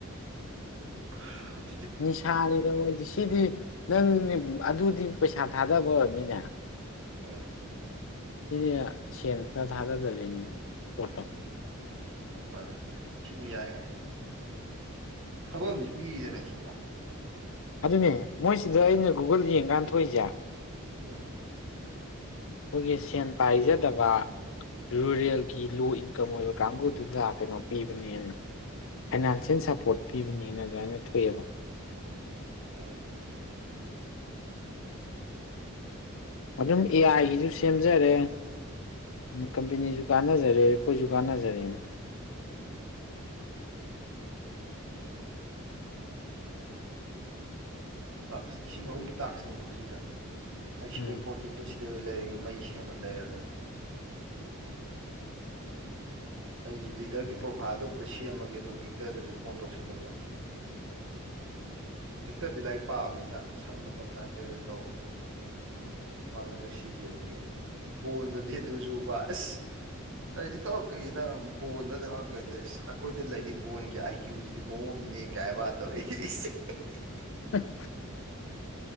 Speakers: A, on the right; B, on the left.
A: <inaudible>
B: ꯅꯤꯁꯥꯅꯤꯗ ꯃꯣꯏꯗꯤ ꯁꯤꯗꯤ ꯅꯪꯅꯤ ꯑꯗꯨꯗꯤ ꯄꯩꯁꯥ ꯊꯥꯗꯕꯅꯤꯅ
A: ꯑꯥ
B: ꯁꯤꯅꯤ ꯁꯦꯟ ꯁꯅ ꯊꯥꯗꯗ ꯄꯠꯇꯣ
A: ꯃꯥꯅ ꯁꯤꯗꯤ ꯌꯥꯏꯌꯦꯦ ꯊꯕꯛ ꯑ ꯄꯤꯔꯤꯗꯅ ꯁꯤꯗ
B: ꯑꯗꯨꯅꯦ ꯃꯣꯏꯁꯤꯗ ꯑꯩꯅ ꯒꯨꯒꯜ ꯌꯦꯡꯀꯥꯟ ꯊꯣꯛꯏꯁꯦ
A: ꯎꯝ
B: ꯑꯩꯈꯣꯏꯒꯤ ꯁꯦꯟ ꯄꯥꯏꯖꯗꯕ ꯔꯨꯔꯦꯜꯒꯤ ꯂꯣ ꯏꯟꯀꯝ ꯑꯣꯏꯕ ꯀꯥꯡꯕꯨꯗꯨꯗ ꯀꯩꯅꯣ ꯄꯤꯕꯅꯦ ꯍꯦꯅ ꯐꯥꯏꯅꯥꯟꯁꯤꯌꯦꯜ ꯁꯞꯄꯣꯔꯠ ꯄꯤꯕꯅꯦꯅ ꯑꯗꯨꯃꯥꯏꯅ ꯊꯣꯛꯑꯦꯕ
A: ꯑꯥ
B: ꯑꯗꯨꯝ ꯑꯦ ꯑꯥꯏꯒꯤꯁꯨ ꯁꯦꯝꯖꯔꯦ ꯎꯝ ꯀꯝꯄꯦꯅꯤꯁꯨ ꯀꯥꯟꯅꯖꯔꯦ ꯑꯩꯈꯣꯏꯁꯨ ꯀꯥꯟꯅꯖꯔꯦ
A: <unintelligible> ꯇꯥꯛꯁ ꯂꯤꯁꯤꯡ ꯑꯍꯨꯝꯒꯤ ꯇꯥꯛꯁꯅꯦꯕꯀꯣ ꯁꯤꯁ ꯑꯩ ꯁꯤꯗꯩ
B: ꯎꯝ
A: ꯄ꯭ꯔꯣꯔꯇꯤꯟ ꯇꯣ ꯁꯤꯗ ꯑꯗꯨ ꯂꯩꯔꯒ ꯃꯩ ꯁꯦꯝꯃ ꯂꯩꯔꯔꯦ ꯑꯩꯁꯨ ꯂꯤꯗꯔꯒꯤ ꯄ꯭ꯔꯣꯐꯥꯏꯜꯗꯣ ꯑꯝꯇ ꯁꯦꯝꯃꯒꯦ ꯑꯗꯨꯣ ꯕꯤꯛꯇꯔꯗꯨꯁꯨ ꯐꯣꯟ ꯇꯧꯁꯜꯂꯒ ꯕꯤꯛꯇꯔꯗꯤ ꯂꯥꯏꯔꯤꯛ ꯄꯥꯑꯕꯅꯤꯅ ꯑꯁꯪ ꯃꯇꯝꯗ ꯍꯥꯏꯐꯦꯠ ꯇꯧꯍꯜꯂꯤ ꯃꯥꯖꯗ ꯁꯤꯖꯤꯦꯜꯒꯤ ꯕꯣꯟꯗꯗꯤ ꯑꯗꯨꯖꯨꯕ ꯑꯁ ꯏꯇꯣ ꯀꯩꯗ ꯕꯣꯟꯗ ꯀꯧ ꯑꯩꯈꯣꯏꯗ ꯂꯩꯔꯤꯕ ꯕꯣꯣꯟꯒꯤ ꯑꯥꯏ ꯀ꯭ꯌꯨꯁꯤꯗꯤ ꯃꯑꯣꯡ ꯑꯃꯅꯦ ꯀꯌꯥ ꯍꯥꯏꯕꯗ ꯑꯩ <unintelligible> <inaudible>
B: <unintelligible>